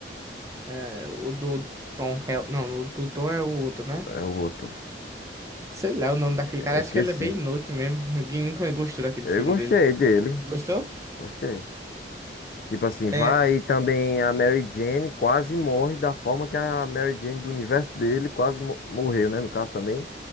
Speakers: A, on the right; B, on the left.
A: é, o do Tom Hel, não, o do Tom é o outro, né?
B: É o outro.
A: Sei lá o nome daquele
B: É,
A: cara,
B: esqueci.
A: acho que ele é bem inútil mesmo, <laughs> ninguém nunca gostou daquele
B: Eu
A: filme
B: gostei
A: dele.
B: dele.
A: Gostou?
B: Gostei. Tipo assim, vai
A: É,
B: e também a Mary Jane quase morre da forma que a Mary Jane do universo dele quase mo- morreu, né? No caso também.